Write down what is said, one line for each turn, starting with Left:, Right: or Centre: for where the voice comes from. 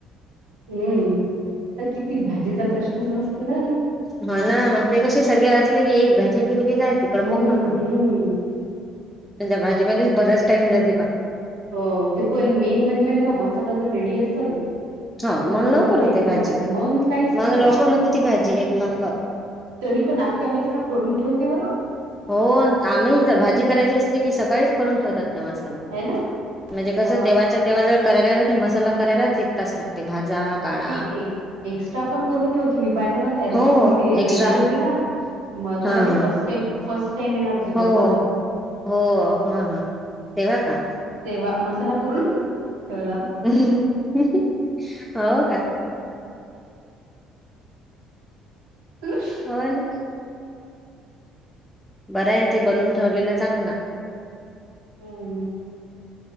Right: हम्म, आ किती भाजीचा प्रश्नच नसतो ना.
Centre: हो ना मग ते कसे सगळे असले की एक भाजी केली की जाते प्रमुख
Right: हं,
Centre: पक्वान.
Right: हं.
Centre: पण त्या भाजीमध्येच बराच टाइम जाते बा.
Right: हो ते पण मेन म्हणजे माहिती हाय का मसाला जर रेडी असलं
Centre: हो
Right: तर
Centre: मग
Right: मंग
Centre: लवकर
Right: काही
Centre: होते
Right: नाही
Centre: भाजी
Right: वाटत मंग काहीच
Centre: मग
Right: नाही वाटत.
Centre: लवकर होते ती भाजी एक नंबर
Right: तरी पण आत्त्या माहिती हाय का करून ठेवते बर.
Centre: हो आम्ही तर भाजी करायची असली की सकाळीच करून ठेवतात त्या मसाला.
Right: आहे ना
Centre: म्हणजे कसं
Right: अ
Centre: तेव्हाच्या तेव्हा जर करायला ना तर मसाला करायलाच एक तास लागते भाजा काळा
Right: नाही एक्स्ट्रा आपण करून ठेवते मी पाहिलं ना त्या दिवशी
Centre: हो
Right: तुम्ही ते
Centre: एक्स्ट्रा
Right: येणार होते ना मग
Centre: हा
Right: मला ते
Centre: हा
Right: फर्स्ट टाईम फर्स्ट टाईम येणार होते बघा
Centre: हो
Right: तुम्ही
Centre: हो हा हा तेव्हा का?
Right: तेव्हा मसाला करून ठेवला
Centre: हो का
Right: <unintelligible>
Centre: होय ना बरं आहे ना ते बनवून ठेवलेला चांगला
Right: हम्म